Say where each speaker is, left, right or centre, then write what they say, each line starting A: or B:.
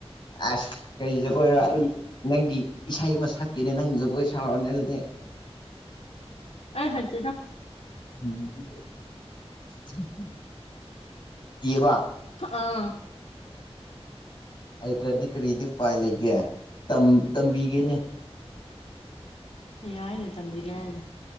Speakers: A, on the left; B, on the left.
A: ꯑꯁ ꯀꯔꯤ ꯖꯒꯣꯏꯔꯣ ꯑꯩ ꯅꯪꯒꯤ ꯏꯁꯩ ꯑꯃ ꯁꯛꯀꯦꯅꯦ ꯅꯪ ꯖꯒꯣꯏ ꯁꯥꯥꯎꯔꯣꯅꯦ ꯑꯗꯨꯗꯤ
B: ꯑꯩ ꯍꯩꯇꯦꯗ
A: ꯎꯝ <unintelligible> ꯍꯩꯇꯦꯕ
B: ꯑꯥ <unintelligible>
A: ꯍꯩꯇ꯭ꯔꯗꯤ ꯀꯔꯤꯗꯤ ꯎꯄꯥꯏ ꯂꯩꯒꯦ ꯇꯝ ꯇꯝꯕꯤꯒꯦꯅꯦ
B: ꯌꯥꯏꯅꯦ ꯇꯝꯕꯤꯒꯦ ꯍꯥꯏꯗꯤ